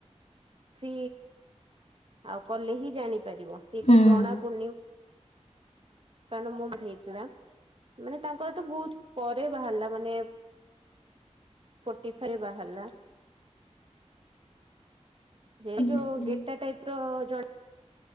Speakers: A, on the right; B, on the left.
A: ଫି ଆଉ କଲେ ହିଁ ଜାଣିପାରିବ ସେଇଟା
B: ହୁଁ।
A: ଜଣା ପୁଡ଼ନି
B: <inaudible>
A: କାରଣ ମୋର ଭି ହେଇଥିଲା। ମାନେ ତାଙ୍କର ତ ବହୁତ ପରେ ବାହାରିଲା ମାନେ ଫୋର୍ଟି ଫାରେ ବାହାରିଲା। ସେଇ
B: ହୁଁ
A: ଯୋଉ
B: ହୁଁ।
A: ଗେଟା ଟାଇପ ର ଜଣା